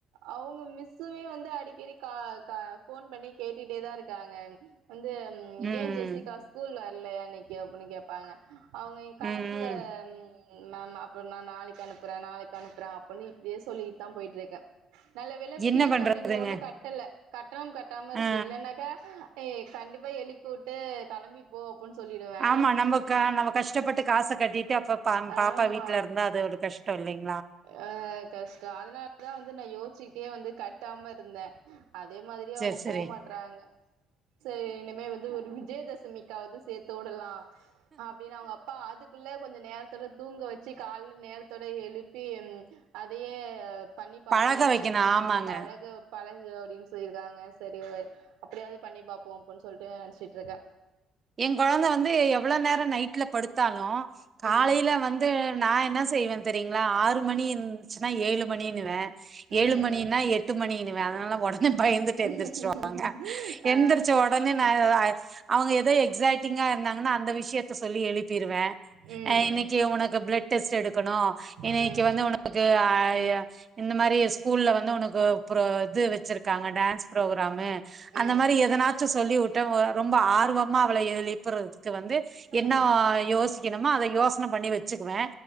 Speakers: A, on the right; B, on the right.
A: அவுங்க மிஸ்சுமே வந்து அடிக்கடி கா கா ஃபோன் பண்ணி கேட்டுட்டே தா இருக்காங்க ம் வந்து
B: ம்
A: ஏ ஜெசிகா ஸ்கூல் வர் லயா இன்னக்கி அப்டின்னு கேப்பாங்க அவுங்க எங் கெளம்பில
B: ம் ம்
A: ம் அப்ற நா நாளக்கி அனுப்பறேன் நாளக்கி அனுப்புறே அப்டின்னு இப்டியே சொல்லிட்டு தா போயிட்டுருக்கே நல்ல வேல
B: என்ன
A: பீஸ்
B: பண்றதுங்க
A: அப்டிங்ற ஒன்னு கட்டல கட்டணம் கட்டாம இருக்கு
B: ஆ
A: இல்லனாக்கா கண்டிப்பா எழுப்பி உட்டு கெளம்பி போ அப்புன்னு சொல்லிடுவே
B: ஆமா நம்ம நம்ம கஷ்டப்பட்டு காச கட்டிட்டு அப்ப பாப்பா
A: ஆமா
B: வீட்ல இருந்தா அது ஒரு கஷ் டேலங்
A: ஆ கஷ்டம் அதுனாலதா வந் நா யோசிச்சுட்டே வந்து கட்டாம இருந்தேன் அதே மாரி அவுங்க
B: சேர் சேரி
A: போ மாட்றாங்க சரி இனிமே வந்து ஒரு விஜயதசமி காவுது சேத்து உடலாம் அப்டின்னு அவுங்க அப்பா அதுக்குள்ள கொஞ்ச நேரத்தோட தூங்க வச்சு கால்ல நேரத்தோட எழுப் பி என் அதயே பண்ணி பாரு
B: பழக வைக்கணு ஆமாங்க
A: ஆ பழக பழகு அப்டின்னு சொல்லியிருக்காங்க சரி அப்டியாவது பண்ணி பாப்போ அப்டின்னு சொல்லிட்டு நெனச்சிட்டு இருக்கே
B: எ கொழந்த வந்து எவ்ள நேரோ நைட்ல படுத்தாலு காலையில
A: ம்
B: வந்து நா என்ன செய்வே தெரியங்களா ஆறு மணி இருந்துச்சுன்னா ஏழு மணினுவே
A: ம்
B: ஏழு மணினா எட்டு மணிணுவே அதனால உடனே பயந்துட்டு
A: ம்
B: எழுந்திரிச்சிரூவாங்க
A: ஆ
B: எந்திரிச்ச உடனே நா அவுங்க எப் து எக்ஸைட்டிங்கா இருந்தாங்கன்னா அந்த விஷயத்த சொல்லி எழுப் ப்பிருவே
A: ம்
B: ஆ இன்னக்கி உனக்கு பிளட் டெஸ்ட் எடுக்கணு இன்னக்கி
A: ம்
B: வந்து உனக்கு ஆ இந்த மாரி ஸ்கூல்ல வந்து உனக்கு அப்ற இது வச்சு வச்சி இருக்காங்க டான்ஸ் பு்ரோக்ராமு
A: ம்
B: அந்த மாரி எதனாச்சு சொல்லி வுட் <unintelligible> ரொம்ப ஆர்வம் மா அவள எழுப்புறது வந்து
A: ம்
B: என்ன யோசிக்கணுமா அத யோசன பண்ணி வச் ச்சுக்குவே